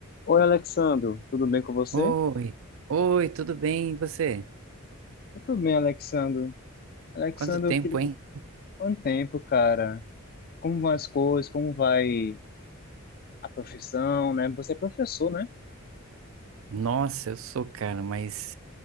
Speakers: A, on the left (about 45°); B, on the right (about 65°).
A: Oi, Alexandro, tudo bem com você?
B: Oi, oi, tudo bem? E você?
A: Tá Tudo bem, Alexandro? Alexandro,
B: Quanto tempo,
A: eu queria...
B: hein?
A: quanto tempo, cara? Como vão as coisas? Como vai a profissão, né? Você é professor, né?
B: Nossa, eu sou, cara, mas